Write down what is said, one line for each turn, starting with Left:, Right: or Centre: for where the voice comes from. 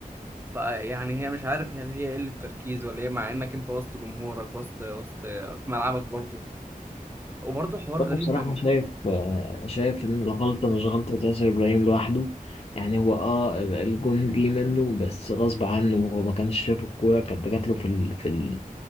Right: فيعني هي مش عارف هل هي قلة تركيز ولا ايه مع انك انت وسط جمهورك وسط وسط في ملعبك برضه وبرضه حوار
Left: وانا
Right: غريب
Left: بصراحة
Right: ان
Left: شايف آه، شايف ان الغلطة مش غلطة ياسر ابراهيم لوحده يعني هو اه ال- الجون جه منه بس غصب عنه هو ما كانش شايف الكورة كانت جات له في ال... في ال...